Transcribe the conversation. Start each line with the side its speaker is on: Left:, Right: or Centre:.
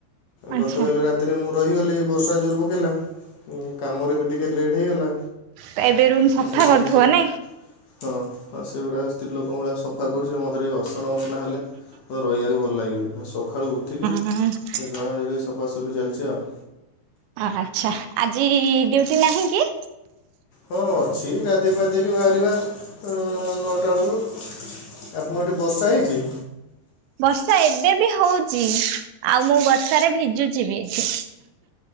Right: ଆଚ୍ଛା।
Left: ଗତକାଲି ରାତିରେ ମୁଁ ରହିଗଲି ବର୍ଷା ଜୋର ପକେଇଲା। ଉଁ କାମରେ ବି ଟିକେ ଲେଟ୍ ହେଇଗଲା,
Right: ତ ଏବେ ରୁମ୍ ସଫା
Left: ଆ ସେଥିପାଇଁ
Right: କରୁଥିବ
Left: ସେ
Right: ନାଇଁ
Left: ହଁ ହଁ ସେଗୁଡାକ ସ୍ତ୍ରୀ ଲୋକଙ୍କ ଭଳିଆ ସଫା କରୁଛି ମତେ ଟିକେ ଅସ ତ ନ ଅସନା ହେଲେ ଓ ରହିବାକୁ ଭଲ ଲାଗେ। ଆଉ ସଖାଳୁ ଉଠିକି
Right: ଉହୁଁ
Left: ଏ ଝଡ଼ାଝଡ଼ିକି ସଫାସଫି ଚାଲିଛି ଆଉ।
Right: ଆହାଛା ଆଜି ଡ୍ୟୁଟି ନାହିଁ କି?
Left: ହଁ ଅଛି ଗାଧୋଇ ପାଧୋଇକି ବାହାରିବା ଆ ନଅଟା ବେଳକୁ। ଆପଣ ଅଟେ ବର୍ଷା ହେଇଚି?
Right: ବର୍ଷା ଏବେ ବି ହୋଉଚି। ଆଉ ମୁଁ ବର୍ଷାରେ ଭିଜୁଛି ବି ଏଠି।